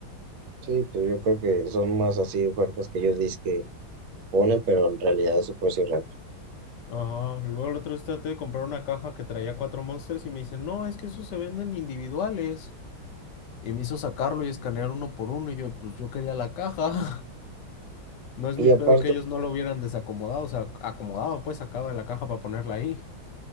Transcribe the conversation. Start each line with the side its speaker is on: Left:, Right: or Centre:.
Right: Sí, pues yo creo que son más así ofertas que ellos dicen que ponen, pero en realidad es su precio real.
Left: Ajá, luego la otra vez traté de comprar una caja que traía cuatro Monsters y me dicen, no, es que esos se venden individuales. Y me hizo sacarlo y escanear uno por uno y yo, pues yo quería la caja. <laughs> No es
Right: Y
Left: mi
Right: aparte,
Left: pedo que ellos no lo hubieran desacomodado, o sea, acomodado, pues sacado de la caja para ponerla ahí.